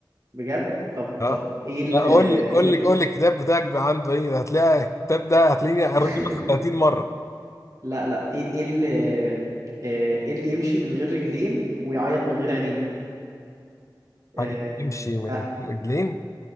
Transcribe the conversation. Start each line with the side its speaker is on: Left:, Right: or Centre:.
Right: بجد طب
Left: اه
Right: طب ايه ال
Left: لا قول
Right: ايه
Left: لي قول
Right: ال
Left: لي قول لي الكتاب بتاعك بقى عنده ايه ده هتلاقي الكتاب ده هتلاقيني قريته
Right: <laughs>
Left: مثلا 30 مره
Right: لا لا ايه ايه ال آه، ايه اللي يمشي من غير رجلين ويعيط من غير عينين
Left: حاجه
Right: آه
Left: بيمشي من
Right: ها
Left: غير رجلين